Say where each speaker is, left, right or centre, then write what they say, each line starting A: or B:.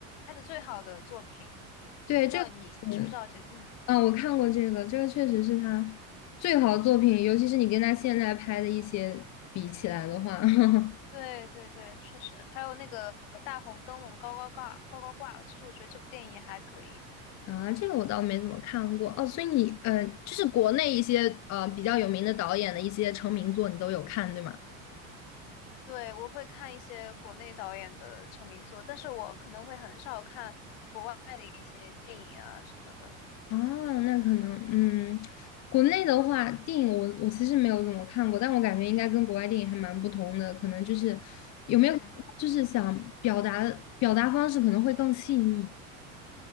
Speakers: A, on the left; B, on the left.
A: 拍的最好的作品，
B: 对，
A: 不知道你知不知道这个？
B: 这个是，
A: 嗯。
B: 嗯，我看过这个，这个确实是他最好的作品，尤其是你跟他现在拍的一些比起来的话，<laughs>
A: 对对对，确实，还有那个呃大红灯笼高高挂高高挂，其实我觉得这部电影也还可以。
B: 啊，这个我倒没怎么看过哦。所以你，呃，就是国内一些呃比较有名的导演的一些成名作，你都有看，对吗？
A: 对，我会看一些国内导演的成名作，但是我可能会很少看国外的一些电影啊什么的。
B: 哦，那可能，嗯，国内的话，电影我我其实没有怎么看过，但我感觉应该跟国外电影还蛮不同的，可能就是有没有就是想表达表达方式可能会更细腻，
A: 嗯，